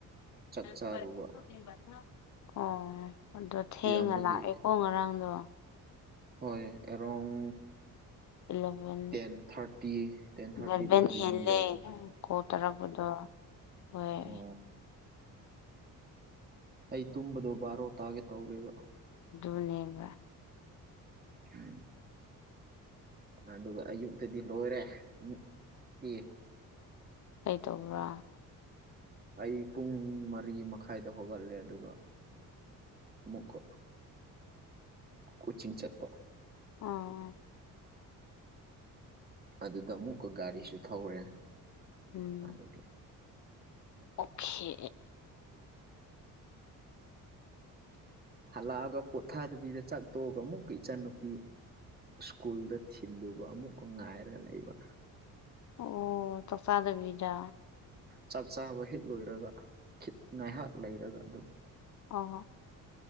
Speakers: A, on the right; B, on the left.
A: ꯆꯥꯛ
B: <unintelligible>
A: ꯆꯥꯔꯨꯕ
B: ꯑꯣ ꯑꯗꯣ ꯊꯦꯡꯅ
A: ꯏꯌꯥꯝꯕꯒꯤ
B: ꯂꯥꯛꯑꯦꯀꯣ ꯉꯔꯥꯡꯗꯣ
A: ꯍꯣꯏ ꯑꯦꯔꯣꯡ
B: eleven
A: ten thirty ten thirty
B: eleven
A: ꯑꯗꯨꯋꯥꯏꯗ
B: ꯍꯦꯜꯂꯦ
A: ꯌꯨꯝ ꯌꯧꯕꯅꯤ
B: ꯀꯣꯜ ꯇꯧꯔꯛꯄꯗꯣ ꯍꯣꯏ
A: ꯑꯣ ꯑꯩ ꯇꯨꯝꯕꯗꯣ ꯕꯥꯔꯣ ꯇꯥꯒꯦ ꯇꯧꯔꯦꯕ
B: ꯗꯨꯨꯅꯦꯕ
A: <inaudible> ꯑꯗꯨꯒ ꯑꯌꯨꯛꯇꯗꯤ ꯂꯣꯏꯔꯦ ꯃꯤꯠ ꯇꯤ
B: ꯀꯩ ꯇꯧꯕ꯭ꯔꯥ?
A: ꯑꯩ ꯄꯨꯡ ꯃꯔꯤ ꯃꯈꯥꯏꯗ ꯍꯧꯒꯠꯂꯦ ꯑꯗꯨꯒ ꯑꯃꯨꯛꯀꯥ ꯀꯣꯏꯆꯤꯡ ꯆꯠꯄ
B: <unintelligible>
A: ꯑꯗꯨꯗ ꯑꯃꯨꯛꯀ ꯒꯥꯔꯤꯁꯨ ꯊꯧꯔꯦ
B: ꯎꯝ
A: ꯑꯗꯨꯒꯤ
B: ꯑꯣꯛꯈꯦ
A: ꯍꯥꯜꯂꯛꯑꯒ ꯄꯣꯊꯥꯗꯕꯤꯗ ꯆꯥꯛ ꯇꯣꯛꯑꯒ ꯑꯃꯨꯛꯀ ꯏꯆꯟꯅꯨꯄꯤ ꯁ꯭ꯀꯨꯜꯗ ꯊꯤꯜꯂꯨꯕ ꯑꯃꯨꯛꯀ ꯉꯥꯏꯔꯒ ꯂꯩꯕ
B: ꯑꯣ ꯆꯥꯛ ꯆꯥꯗꯕꯤꯗ?
A: ꯆꯥꯛ ꯆꯥꯕ ꯍꯦꯛ ꯂꯣꯏꯔꯒ ꯈꯤꯠ ꯉꯥꯏꯍꯥꯛ ꯂꯩꯔꯒ ꯑꯗꯨꯝ
B: ꯑꯣ ꯑꯣ